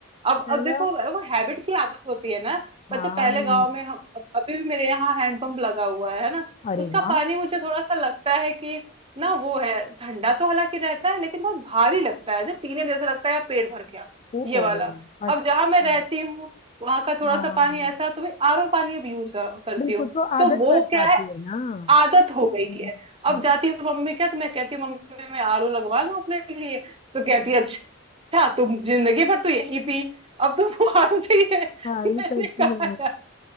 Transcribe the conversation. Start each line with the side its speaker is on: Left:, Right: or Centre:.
Right: अब
Left: है
Right: अब देखो
Left: ना?
Right: वो हैबिट की आदत होती है ना
Left: हाँ
Right: अच्छा पहले गांव में हम अब- अभी भी मेरे यहाँ हैंडपंप लगा हुआ है ना
Left: अरे
Right: उसका
Left: वाह
Right: पानी मुझे थोड़ा सा लगता है कि ना वो है ठंडा तो हालांकि रहता है लेकिन बहुत भारी लगता है जो पीने में जैसे लगता है यार पेट भर गया
Left: ओ
Right: ये
Left: ओ
Right: वाला
Left: और
Right: अब जहां मैं रहती
Left: हाँ
Right: हूँ वहां का थोड़ा
Left: हाँ।
Right: सा पानी ऐसा तो भाई आरओ पानी अब यूज करती
Left: बिल्कुल
Right: हूँ
Left: तो
Right: तो
Left: आदत
Right: वो
Left: पड़ जाती
Right: क्या
Left: है ना
Right: आदत हो गई
Left: हम्म,
Right: है अब जाती हूँ मम्मी क्या तो मैं कहती हूँ मम्मी मैं आरओ लगवा लूँ अपने लिए तो कहती है अच्छा तुम जिंदगी भर तो यही पी अब तुमको आरओ चाहिए
Left: भाई
Right: <laughs> मैंने
Left: सच
Right: कहा
Left: में
Right: यार